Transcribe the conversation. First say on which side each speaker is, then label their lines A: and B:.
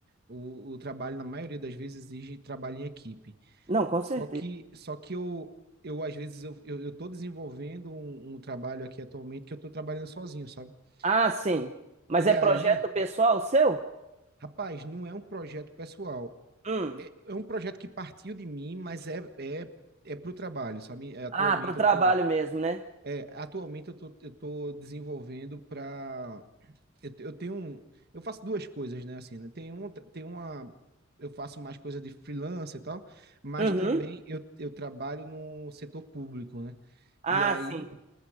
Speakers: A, on the right (about 50°); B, on the right (about 30°).
A: O, o trabalho, na maioria das vezes, exige trabalho em equipe.
B: não, com certeza.
A: Só que, só que eu, eu às vezes, eu, eu, eu tô desenvolvendo um, um trabalho aqui atualmente que eu tô trabalhando sozinho, sabe?
B: Ah, sim.
A: E
B: Mas
A: e
B: é
A: aí,
B: projeto pessoal seu?
A: rapaz, não é um projeto pessoal.
B: Hum.
A: É um projeto que partiu de mim, mas é, é, é pro trabalho, sabe? É, Atualmente
B: Ah, pro trabalho
A: eu tô
B: mesmo, né?
A: É, atualmente eu tô, eu tô desenvolvendo para eu, te- eu tenho um- eu faço duas coisas, né, assim, né? Tem um, tem uma eu faço mais coisa de freelancer e tal, mas
B: Uhum.
A: também eu, eu trabalho no setor público, né?
B: Ah,
A: E aí,
B: sim.